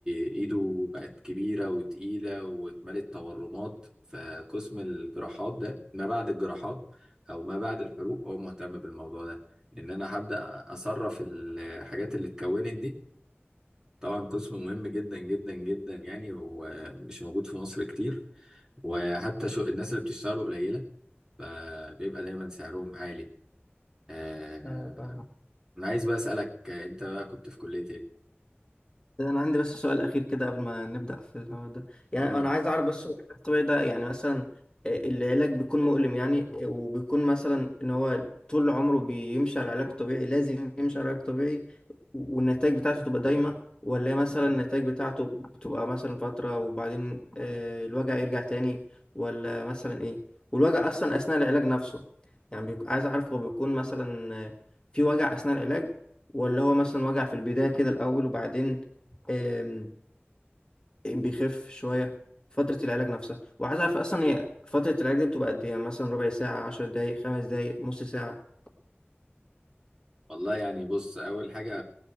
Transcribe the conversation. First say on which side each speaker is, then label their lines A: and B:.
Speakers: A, on the right; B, on the left.
A: إيده بقت كبيرة وتقيلة واتملت تورمات فقسم الجراحات ده ما بعد الجراحات أو ما بعد الحروق هو مهتم بالموضوع ده إن أنا هبدأ أصرف الحاجات اللي اتكونت دي طبعا قسم مهم جدا جدا جدا يعني ومش موجود في مصر كتير وحتى شو الناس اللي بتشتغله قليلة فبيبقى دايما سعرهم عالي آه،
B: ايوه فاهم
A: أنا عايز بقى أسألك آه، أنت بقى كنت في كلية إيه؟
B: ده انا عندي بس سؤال اخير كده قبل ما نبدا في الحوار ده يعني
A: قول لي
B: انا عايز اعرف بس هو العلاج الطبيعي ده يعني مثلا آه، العلاج بيكون مؤلم يعني آه، وبيكون مثلا ان هو طول عمره بيمشي على العلاج الطبيعي لازم يمشي على العلاج الطبيعي والنتائج بتاعته تبقى دايمه ولا مثلا النتائج بتاعته بتبقى مثلا فتره وبعدين آه، الوجع يرجع تاني ولا مثلا ايه والوجع اصلا اثناء العلاج نفسه يعني بيك- عايز اعرف هو بيكون مثلا آه، في وجع اثناء العلاج ولا هو مثلا وجع في البداية كده الأول وبعدين آم، بيخف شوية فترة العلاج نفسها وعايز أعرف أصلا هي فترة العلاج دي بتبقى قد إيه يعني مثلا ربع ساعة عشر دقايق خمس دقايق نص ساعة
A: والله يعني بص أول حاجة